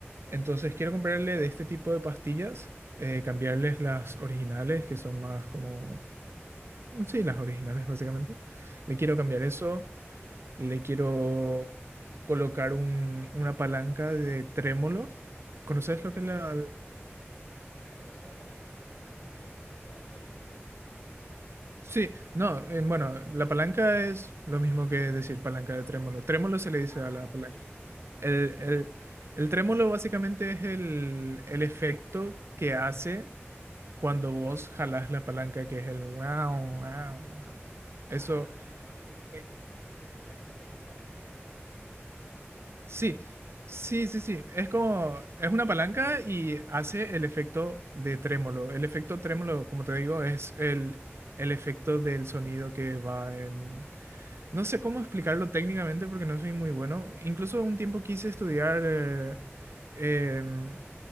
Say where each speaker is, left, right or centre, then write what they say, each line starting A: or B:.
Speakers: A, on the right; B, on the left.
A: Entonces quiero comprarle de este tipo de pastillas, eh, cambiarles las originales, que son más como... Sí, las originales básicamente. Le quiero
B: Ujú.
A: cambiar eso. Le quiero colocar un- una palanca de trémolo. ¿Conoces lo
B: ¿Qué
A: que
B: es
A: es la...?
B: eso? O sea, conozco la palanca, pero no, no sé cuáles las diferencias.
A: Sí, no, eh, bueno, la palanca es lo mismo que decir palanca de trémolo. Trémolo se le dice
B: Ah,
A: a la
B: ok.
A: palanca. El, el, el trémolo básicamente es el, el efecto que hace cuando vos jalás la palanca, que es el wow, wow, wow.
B: Ah,
A: Eso.
B: no sabía que se
A: eh,
B: llamaba así. Yo, yo la conocía como palanca, normalmente. Solamente.
A: Sí, sí, sí, sí. Es como, es una palanca y hace el efecto de trémolo. El efecto trémolo, como
B: Mm,
A: te digo, es el, el efecto del sonido que va en... No sé cómo explicarlo técnicamente porque no soy muy bueno. Incluso un tiempo quise estudiar eh, em,